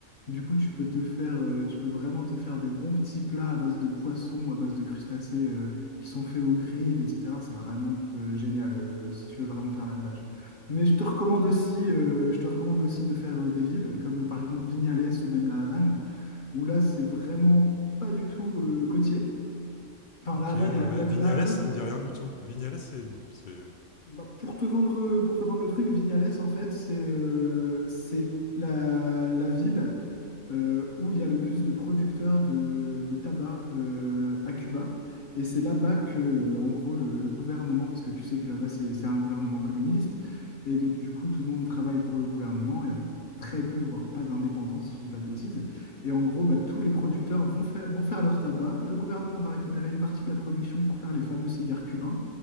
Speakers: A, on the left; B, on the left.
A: Du coup, tu peux te faire, euh, tu peux vraiment te faire des bons petits plats à base de poissons, à base de crustacés, euh, qui sont faits au grill, etc. C'est vraiment, euh, génial, euh, si tu veux vraiment faire la plage. Mais je te recommande aussi, euh, je te recommande aussi de faire euh, des villes, comme euh, par exemple Vignales ou même La Havane, où là, c'est vraiment pas du tout euh, côtier. Enfin,
B: OK,
A: La Havane,
B: ouais, ouais.
A: est- La,
B: Vignales,
A: La Havane
B: ça me dit rien du tout. Vignales, c'est c'est
A: bah, pour te vendre, pour te vendre le truc, Vignales, en fait, c'est euh, c'est la, la ville euh, où il y a le plus de producteurs de, de tabac euh, à Cuba. Et c'est là-bas que, euh, en gros, le, le gouvernement, parce que tu sais que là-bas, c'est, c'est un gouvernement communiste, et donc, du coup, tout le monde travaille pour le gouvernement. Il y a très peu, voire pas d'indépendance, si je dis pas de bêtises. Et en gros, bah, tous les producteurs vont faire, vont faire leur tabac. Le gouvernement va récupérer une partie de la production pour faire les fameux cigares cubains.